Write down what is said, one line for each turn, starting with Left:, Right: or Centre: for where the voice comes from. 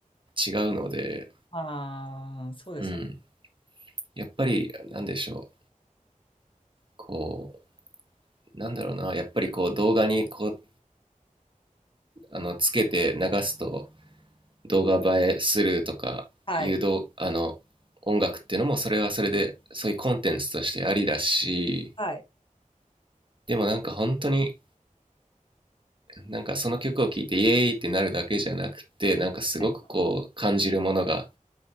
Right: 違うので、
Left: ああ、そうですよね。
Right: うん、やっぱりなんでしょうこうなんだろうなやっぱりこう動画にこうあのつけて流すと動画映えするとかいうどあの音楽っていうのもそれはそれでそういうコンテンツとしてありだし
Left: はい。はい。
Right: でもなんか本当になんかその曲を聴いてイエーイってなるだけじゃなくてなんかすごくこう感じるものが
Left: はい。